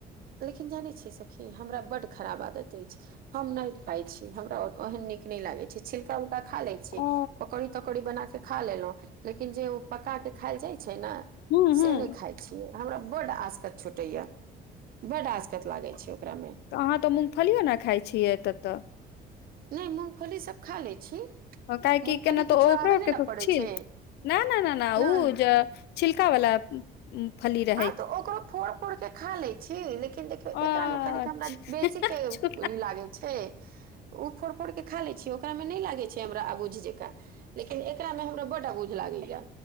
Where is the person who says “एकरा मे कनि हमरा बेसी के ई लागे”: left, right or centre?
Right